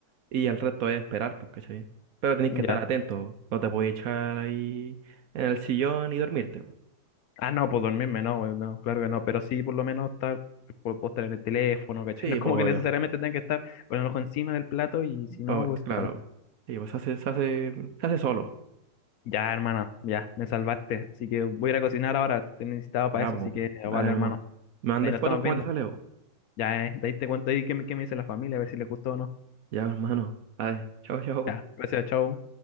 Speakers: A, on the right; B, on the left.
A: Y el resto es esperar, pues, ¿cachai? Pero tenéis
B: Ya.
A: que estar atento. No te podéis echar ahí en el sillón y dormirte. po.
B: Ah, no, pues dormirme, no, weón, no, claro que no, pero sí por lo menos estar, puedo, puedo estar en el teléfono, ¿cachai?
A: Sí,
B: <laughs> No es como
A: pues obvio.
B: que necesariamente tenga que estar con el ojo encima del plato y si no,
A: obvio,
B: pues
A: claro.
B: claro,
A: Sí, pues se hace, se hace, se hace solo.
B: Ya, hermano, ya, me salvaste. Así que voy a ir a cocinar ahora. Te necesitaba
A: Ya,
B: para eso,
A: pues.
B: así que
A: Dale
B: vale, hermano.
A: nomás. ¿Me mandáis
B: De ahí nos
A: fotos
B: estamos
A: cómo
B: viendo.
A: te sale, vos?
B: Ya, eh, de ahí te cuento ahí qué me, qué me dice la familia, a ver si les gustó o no.
A: Ya, hermano. Dale. Chau, chau.
B: Ya, gracias, chao.